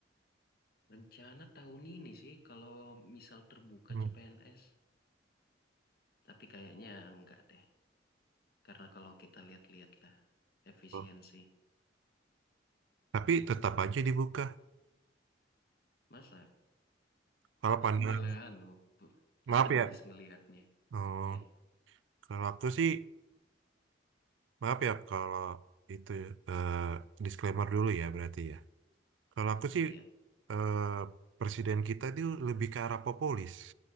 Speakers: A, on the left; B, on the right.
A: Rencana tahun ini sih kalau misal terbuka
B: Hmm.
A: CPNS, tapi kayaknya enggak deh. Karena kalau kita lihat-lihat lah efisiensi.
B: Oh. Tapi tetap aja dibuka.
A: Masa
B: Kalau
A: aku
B: pandang,
A: malah anu pe- pesimis
B: maaf ya.
A: ngelihatnya.
B: Oh,
A: Iya,
B: kalau aku sih, maaf ya kalau itu eh, disclaimer dulu ya berarti ya. Kalau aku sih
A: iya,
B: eh, presiden kita itu lebih ke arah populis,